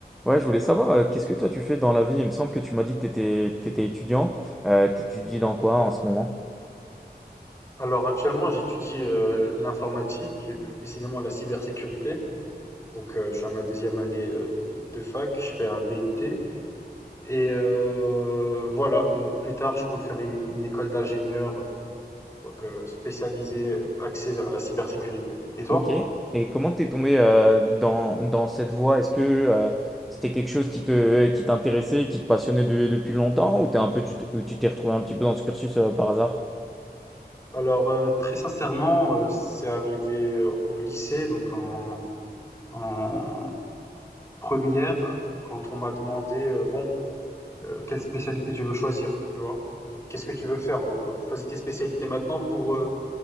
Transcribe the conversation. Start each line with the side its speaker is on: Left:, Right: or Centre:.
Centre: Ouais, je voulais savoir, euh, qu'est-ce que toi tu fais dans la vie? Il me semble que tu m'as dit que tu étais, étudiant. Euh, t'étudies dans quoi en ce moment?
Left: Alors actuellement, j'étudie euh, l'informatique et plus précisément la cybersécurité. Donc euh, je suis à ma deuxième année euh, de, de fac, je fais un BUT. Et euh, voilà, donc plus tard, je compte faire une, une école d'ingénieur euh, donc euh, spécialisée, euh, axée vers la cybersécurité. Et toi?
Centre: Ok. Et comment t'es tombé euh, dans, dans cette voie? Est-ce que euh, c'était quelque chose qui te, qui t'intéressait, qui te passionnait de- depuis longtemps, ou t'es un peu, tu t- ou tu t'es retrouvé un petit peu dans ce cursus euh, par hasard?
Left: Alors euh, très sincèrement, euh, c'est arrivé euh, au lycée, donc en, en première, quand on m'a demandé, euh, bon, euh, quelle spécialité tu veux choisir, tu vois. Qu'est-ce que tu veux faire en gros? Choisis tes spécialités maintenant pour, euh,